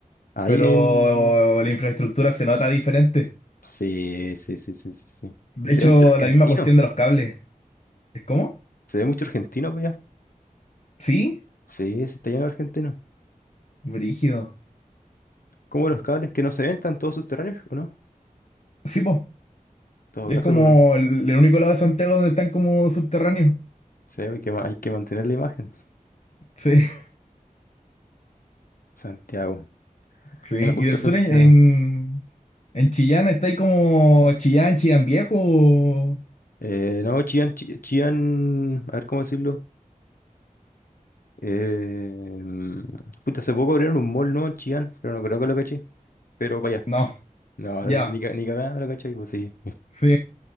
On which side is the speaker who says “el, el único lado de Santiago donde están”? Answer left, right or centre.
Left